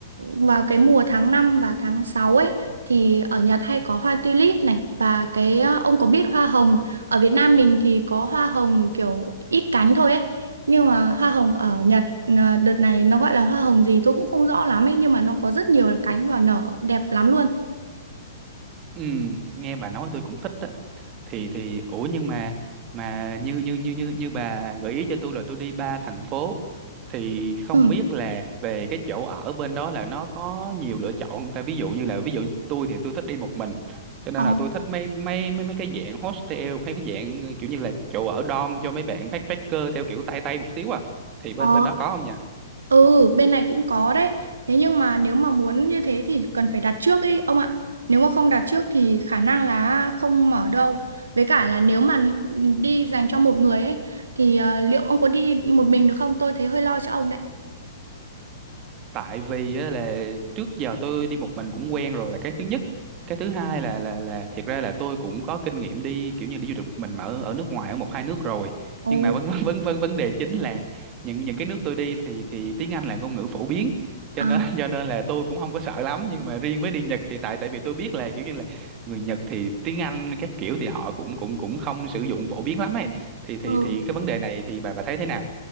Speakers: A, on the right (about 75°); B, on the right (about 30°).
A: vào cái mùa tháng 5 và tháng 6 ấy thì ở Nhật hay có hoa tulip này và cái à, ông có biết hoa hồng ở Việt Nam mình thì có hoa hồng kiểu ít cánh thôi ấy nhưng mà hoa hồng ở Nhật à, đợt này nó gọi là hoa hồng gì tôi cũng không rõ lắm ấy nhưng mà nó có rất nhiều cánh và nở đẹp lắm luôn.
B: ừ, nghe bà nói tôi cũng thích á. thì thì ủa nhưng mà mà như như như như như bà gợi ý cho tôi là tôi đi ba thành phố thì không
A: Ừ.
B: biết là về cái chỗ ở bên đó là nó có nhiều lựa chọn không ta ví dụ như là ví dụ tôi thì tôi thích đi một mình cho nên
A: Ờ.
B: là tôi thích mấy mấy mấy mấy cái dạng hostel hay cái dạng kiểu như là chỗ ở dorm cho mấy bạn backpacker theo kiểu tay tay một xíu à thì bên
A: Ờ,
B: bên đó có không nhỉ
A: ừ, bên này cũng có đấy. Thế nhưng mà nếu mà muốn như thế thì cần phải đặt trước ấy ông ạ. Nếu mà không đặt trước thì khả năng là không mở đâu. Với cả là nếu mà đi dành cho một người ấy thì ờ, liệu ông có đi một mình được không? Tôi thấy hơi lo cho ông đấy.
B: tại vì á, là trước giờ tôi đi một mình cũng quen rồi là cái thứ nhất cái thứ hai là là là thiệt ra là tôi cũng có kinh nghiệm đi kiểu như đi du lịch một mình mà ở, ở nước ngoài ở một hai nước rồi
A: Ồ,
B: nhưng mà vấn <laughs> vấn vấn vấn đề chính là những những cái nước tôi đi thì thì tiếng Anh là ngôn ngữ phổ biến cho
A: À.
B: nên <laughs> cho nên là tôi cũng không có sợ lắm nhưng mà riêng với đi Nhật thì tại tại vì tôi biết là kiểu như là người Nhật thì tiếng Anh các kiểu thì họ cũng cũng cũng không sử dụng phổ biến lắm ấy thì thì
A: ừ.
B: thì cái vấn đề này thì bà bà thấy thế nào